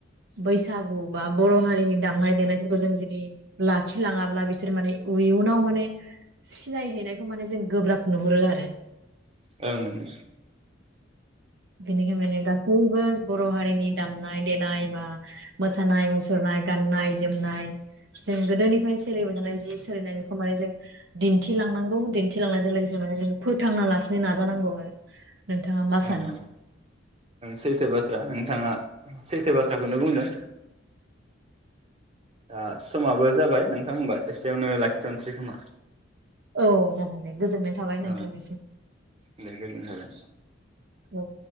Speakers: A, on the right; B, on the right.
A: बैसागु बा बर' हारिनि दामनाय देनायफोरखौ जों जुदि लाखिलाङाब्ला बिसोर माने इयुनाव माने सिनायहैनायखौ माने जों गोब्राब नुहुरो आरो।
B: ओं।
A: बेनिखाय माने गासैबो बर' हारिनि दामनाय देनाय बा मोसानाय मुसुरनाय गान्नाय जोमनाय जों गोदोनिफ्रायनो सोलिबाय थानाय जि सोलिनाय बेखौ माने जों दिन्थिलांनांगौ दिन्थिलांनायजों लोगोसे माने जों फोथांना लाखिनो नाजानांगौ आरो। नोंथाङा मा सानो?
B: ओं ओं सैथो बाथ्रा नोंथाङा सै थो बाथ्राखौनो बुंदों। दा समाबो जाबाय नोंथां होनबा एसेयावनो लाखिथनसै खोमा?
A: औ जागोन दे। गोजोन्नाय थाबाय
B: औ
A: नोंथांनिसिम।
B: दे गोजोननाय थाबाय
A: औ।